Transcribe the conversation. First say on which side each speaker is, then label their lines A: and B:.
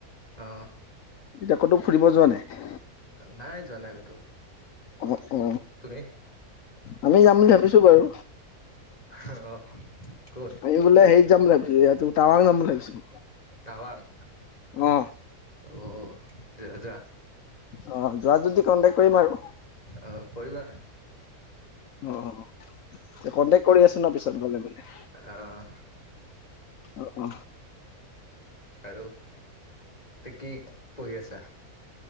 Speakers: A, on the left (about 25°); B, on the left (about 65°).
A: অ
B: এতিয়া ক'তো ফুৰিব যোৱা নাই
A: নাই জনাই কতো
B: অ অ
A: তুমি?
B: আমি যাম বুলি ভাবিছো বাৰু
A: অ ক'ত?
B: এই বোলে সেইত যাম ভাবিছিলো ইহো টান যাম বুলি ভাবিছিলো
A: তাৱাং
B: উম
A: অ যা যা
B: অ যোৱা যদি কন্টেক্ট কৰিম আৰু
A: অ কৰিবা
B: অ কণ্টেক্ট কৰি আছো ন পিছত গলে গলে
A: অ',
B: অ অ
A: আৰু কি পঢ়ি আছা